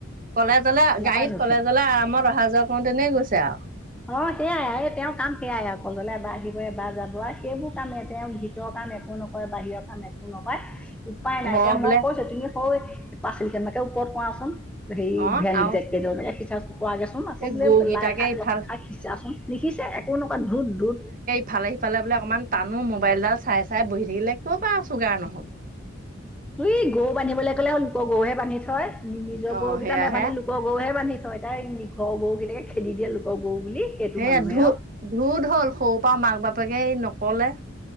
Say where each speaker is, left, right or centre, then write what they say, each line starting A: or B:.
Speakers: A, on the right; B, in the centre.
A: কলেজলে গাড়ীত
B: পৰাই নুঠে
A: কলেজলে আৰামত অহা-যোৱা কৰোতেনেই গৈছে আৰু।
B: অ' সেয়াই এই, তেওঁৰ কাম সেয়াই আৰু কলেকজলে বা আহিব বা যাব আৰু সেইবোৰ কামেই তেওঁৰ ভিত ভিতৰ কাম একো নকৰে, বাহিৰৰ কাম একো নকৰে। উপায় নাই,
A: ঘৰ
B: এতিয়া
A: বোলে
B: মই কৈছো, তুমি সৌ পাছলি কেতেমানকে ওপৰত কৰাচোন। হেৰী,
A: অ
B: <unintelligible>
A: আৰু
B: সিচাচুন কৰাচোন, আকৌ
A: এই
B: বোলে
A: গৰুকেইটাকে
B: লাই শাক
A: ইফাল
B: খাই সিচাচোন, নিসিছে একো নকৰে ধোত, ধোত।
A: ফালে-সিফালে বোলে অকণমান টানো, মোবাইল ডাল চাই, চাই, বহি থাকিলে ক'ৰ পৰা আৰু চুগাৰ নহ'ব।
B: ই গৰু বান্ধিবলৈ ক'লে লোকৰ গৰুেহে বান্ধি থয় নিজৰ
A: অ
B: গৰু
A: সেয়াহে
B: কেইটা নাবান্ধি লোক লোকৰ গৰুহে বান্ধি থয়, তাই ঘৰৰ গৰু কেইটাকে খেদি দিয়ে লোকৰ গৰু বুলি। সেইটো
A: সেয়া
B: মানুহে
A: ধোত,
B: আৰু
A: ধোত হ'ল সৰু পৰা মাক-বাপেকে এই নকলে।